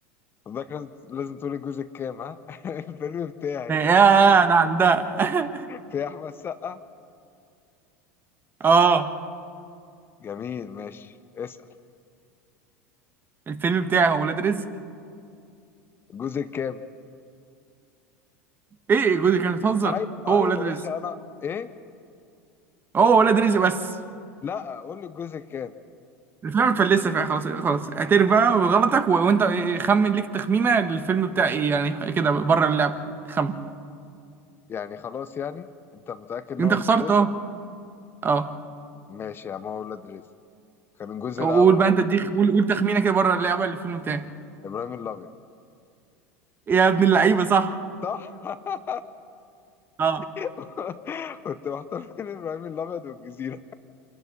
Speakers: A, on the left; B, on the right.
A: حضرتك لازم لازم تقولي الجزء الكام ها <laughs> الفيلم بتاعي
B: يا ده عندها <laughs>
A: في احمد سقا
B: اه
A: جميل ماشي اسأل
B: الفيلم بتاعي هو ولاد رزق
A: الجزء الكام
B: ايه جوزي كانت بتهزر
A: ايوه ايوه
B: هو ولاد
A: يا
B: رزق
A: باشا انا ايه
B: هو ولاد رزق بس
A: لا قول لي الجزء الكام
B: الفيلم متفلسه فيها خلاص خلاص اعترف بقى بغلطك و... وانت إيه، خمن ليك تخمينه الفيلم بتاع ايه يعني كده بره اللعبه خمن
A: يعني خلاص يعني انت متأكد ان
B: انت
A: هو ولاد
B: خسرت
A: رزق
B: اه اه
A: ماشي يا عم هو ولاد رزق كان الجزء
B: قول
A: الاول
B: بقى
A: على
B: انت اديك
A: مين
B: قول قول تخمينه كده بره اللعبه الفيلم بتاعي
A: ابراهيم الابيض
B: يا ابن اللعيبه صح
A: صح
B: اه
A: <laughs> كنت محتار بين ابراهيم الابيض والجزيرة